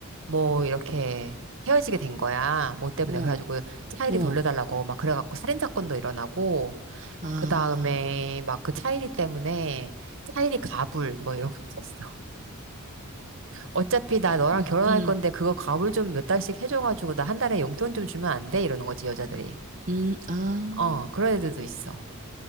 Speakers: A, on the right (about 60°); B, on the right (about 35°).
A: 뭐 이렇게 헤어지게 된 거야. 뭐 때문에
B: 어,
A: 그래가지고 차일이
B: 어.
A: 돌려달라고 막 그래갖고 살인 사건도 일어나고
B: 아.
A: 그 다음에 막 그 차이리 때문에 차이리 가불 뭐 이런 것도 있어. 어차피 나 너랑
B: 예,
A: 결혼할
B: 음,
A: 건데 그거 가불 좀 몇 달씩 해줘가지고 나 한 달에 용돈 좀 주면 안 돼? 이러는 거지 여자들이.
B: 음, 아,
A: 어 그런 애들도 있어.